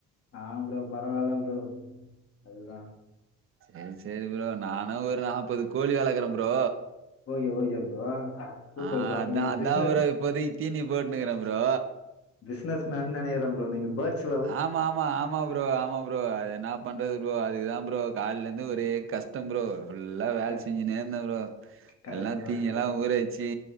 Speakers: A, on the left; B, on the right.
A: ஆ ப்ரோ பரவால்ல ப்ரோ அது தா
B: ஆ செரி ப்ரோ நானு ஒரு நாப்பது கோழி வளக்குற ப்ரோ
A: ஓகே ஓகே ப்ரோ சூப்பர்
B: ஆ
A: அப்ப
B: அதா
A: நீங்க
B: அதா
A: பிசினஸ்
B: ப்ரோ இப்போதிக் தீனி போட்னுருக்ற ப்ரோ
A: பிஸ்னஸ் மேன் நெனைக்ற ப்ரோ நீங்க பேட்ஸ்
B: ஆமா ஆமா ஆமா ப்ரோ ஆமா ப்ரோ அது என்னா பண்றது ப்ரோ அதுக்குதா ப்ரோ கால்ல இந்து ஒரே கஷ்டோ ப்ரோ ஃபுல்லா வேல
A: க
B: செஞ்சினேருந்த ப்ரோ
A: கரெக்ட்
B: எல்லா
A: தா
B: தீனி
A: ப்ரோ
B: எல்லா ஊற வச்சி